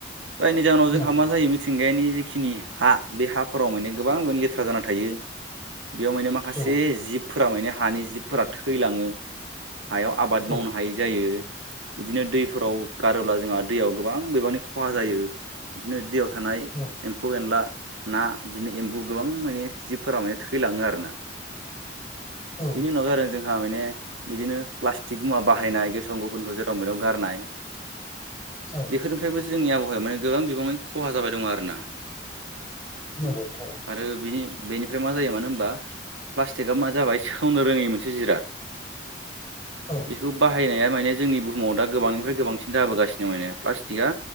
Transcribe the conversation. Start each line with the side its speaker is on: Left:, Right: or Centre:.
Right: जायनि जाहोनाव जोंहा
Left: नंगौ
Right: मा
Left: नंगौ
Right: जायो मिथिंगानि जिखिनि हा बे हाफोराव माने गोबां लेथ्रा लेथ्रा जाना थायो बेयाव माने माखासे
Left: औ
Right: जिबफोरा माने हानि जिबफोरा थैलाङो हायाव आबाद
Left: औ
Right: मावनो हायै जायो बिदिनो दैफोराव गारोब्ला जोंहा दैयाव गोबां बिबांनि खहा जायो बिदिनो दैयाव थानाय
Left: औ
Right: एम्फौ एनला ना बिदिनो एम्बु गोबां माने जिबफोरा माने थैलाङो आरोना
Left: औ
Right: बिनि उनाव जादों जोंहा माने बिदिनो प्लास्टिक मुवा बाहायनाय गसाव गोफोनखौ जेराव मेरायाव गारनाय
Left: औ
Right: बेफोरनिफ्रायबो जोंनि आबहावाया माने गोबां बिबाङनि खहा जाबाय दं आरोना
Left: नंगौ थारै
Right: आरोनि बेनिफ्राय मा जायो मानो होनबा प्लास्टिकआ मा जाबाय सेवनो रोङै मोनसे जिराद
Left: औ
Right: बेखौ बाहायनाया माने जोंनि बुहुमाव दा गोबांनिफ्राय गोबांसिन जाबोगासिनो निमाने प्लास्टिकआ